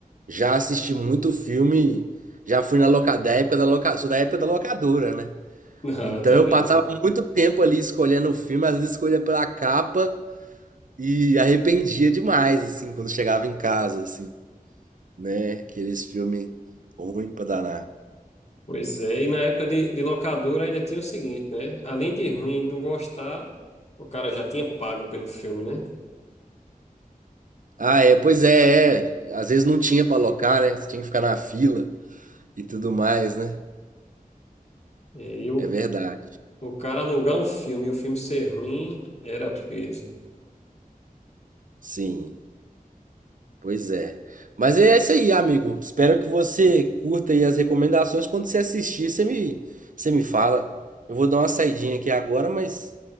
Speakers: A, on the right (about 60°); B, on the left (about 45°).
A: já assisti muito filme, já fui na loca, da época da loca, sou da época da locadora, né?
B: Ah,
A: Então
B: tá
A: eu
B: bem.
A: passava muito tempo ali escolhendo o filme, às vezes escolhia pela capa e arrependia demais, assim, quando chegava em casa, assim, né? Aqueles filmes ruim pra danar.
B: Pois é, e na época de, de locadora ainda tinha o seguinte, né? Além de ruim, não gostar, o cara já tinha pago pelo filme, né?
A: Ah, é, pois é, é. Às vezes não tinha pra locar, né? Você tinha que ficar na fila e tudo mais, né?
B: É, E aí o,
A: É verdade.
B: o cara alugar um filme e o filme ser ruim era peso.
A: Sim, Pois é. Mas é isso aí, amigo. Espero que você curta aí as recomendações. Quando você assistir, você me, você me fala. Eu vou dar uma saidinha aqui agora, mas